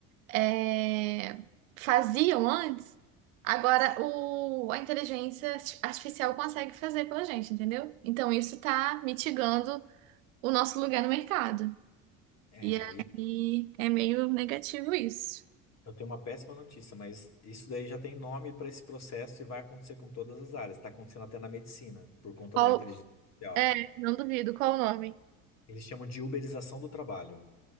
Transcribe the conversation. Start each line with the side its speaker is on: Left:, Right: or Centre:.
Right: é, faziam antes, agora o, a inteligência arti- artificial consegue fazer pela gente, entendeu? Então isso está mitigando o nosso lugar no mercado.
Left: É,
Right: E aí
Left: e
Right: é meio negativo isso.
Left: eu tenho uma péssima notícia, mas isso daí já tem nome para esse processo e vai acontecer com todas as áreas. Está acontecendo até na medicina, por conta
Right: Qual,
Left: da inteligência artificial.
Right: é, não duvido, qual o nome?
Left: Eles chamam de uberização do trabalho.